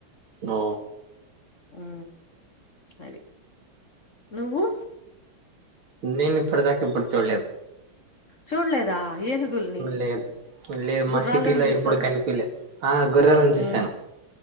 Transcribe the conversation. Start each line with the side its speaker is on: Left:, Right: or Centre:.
Right: ఓ
Left: ఉ అరి నువ్వు.
Right: నేను ఇప్పటిదాకా ఇప్పుడు చూడలేదు.
Left: చూడలేదా. ఏనుగుల్ని
Right: లేదు లేదు
Left: గుర్రాలని
Right: మా సిటీలో
Left: చూసావా
Right: ఎప్పుడు కనిపిలే ఆ గుర్రాలను చూసాను
Left: ఉ